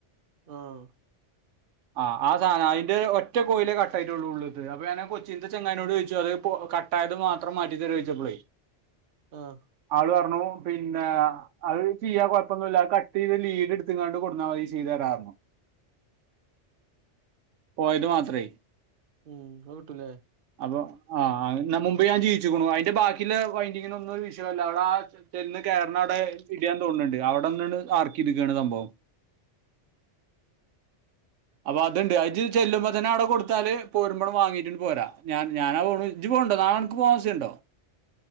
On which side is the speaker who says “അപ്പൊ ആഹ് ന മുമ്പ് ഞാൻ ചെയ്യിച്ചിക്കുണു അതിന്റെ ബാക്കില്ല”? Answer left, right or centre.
Right